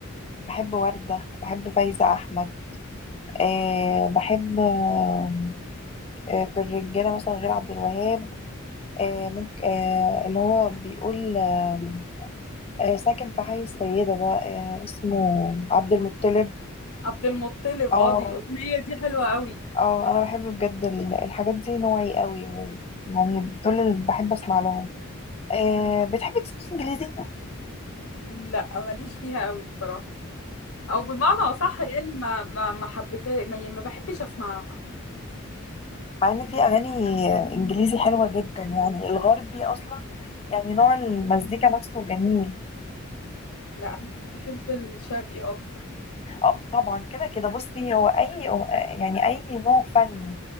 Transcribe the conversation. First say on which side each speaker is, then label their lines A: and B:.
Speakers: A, on the left; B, on the left.
A: بحب وردة بحب فايزة أحمد أه بحب آه، آه، في الرجالة مثلا غير عبد الوهاب أه ممكن أه اللي هو بيقول أه آه، ساكن في حي السيدة ده أه اسمه عبد المطلب
B: عبد المطلب
A: اه
B: اه دي الاغنيه دي حلوه قوي
A: اه انا بحب بجد ال- الحاجات دي نوعي قوي و... يعني دول اللي بحب اسمع لهم أه بتحبي تسمعي انجليزي
B: لا ماليش فيها قوي بصراحه او بمعنى اصح يعني ما ما ما حبيتها ما, يعني ما بحبش اسمعها
A: مع ان في اغاني انجليزي حلوه جدا يعني الغربي اصلا يعني نوع المزيكا نفسه جميل
B: لا أنا بحب الشرقي اكتر
A: اه طبعا كده كده بصي هو اي يعني اي نوع فن